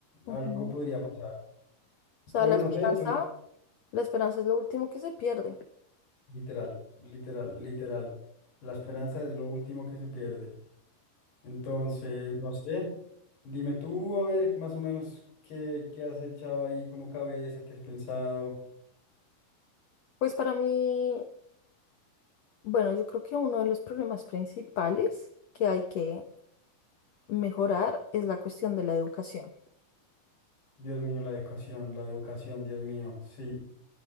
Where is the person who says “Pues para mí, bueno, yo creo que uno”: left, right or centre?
Left